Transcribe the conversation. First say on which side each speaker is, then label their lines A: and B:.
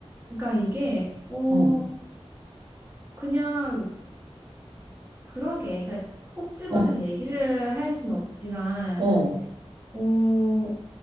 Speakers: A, on the right; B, on the right.
A: 그러니까 이게 어
B: 어,
A: 그냥 그러게. 그러니까 콕 집어서
B: 어,
A: 얘기를 할 수는 없지만
B: 어,
A: 어